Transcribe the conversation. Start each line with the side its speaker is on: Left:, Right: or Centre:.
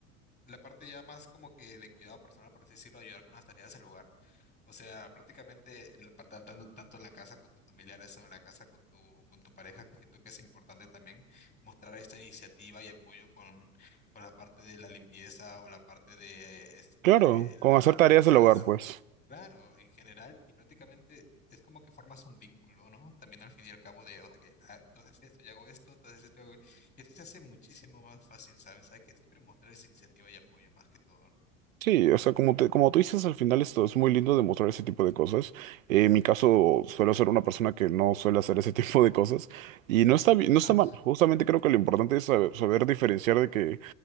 Left: la parte ya más como que de cuidado personal, por así decirlo, ayudar con las tareas del hogar. O sea, prácticamente la- pa- tan- tanto, tanto en la casa con tus familiares o en la casa con tu, con tu pareja, que siento que es importante también mostrar esta iniciativa y apoyo con, con la parte de la limpieza o la parte de este,
Right: Claro, con
Left: lavar
Right: hacer tareas
Left: cosas.
Right: del hogar, pues.
Left: Claro, en general, y prácticamente es como que formas un vínculo, ¿no? También al fin y al cabo de, o sea, que ah, entonces esto y hago esto, entonces esto que sí se hace muchísimo más fácil, ¿sabes? Hay que siempre mostrar esa iniciativa y apoyo más que todo, ¿no?
Right: Sí, o sea, como te, como tú dices, al final esto es muy lindo demostrar ese tipo de cosas. Eh, en mi caso, suelo ser una persona que no suele hacer ese <laughs> tipo de cosas y no está, bi- no está
Left: <laughs> Ah,
Right: mal. Justamente creo que lo importante es saber, saber diferenciar de que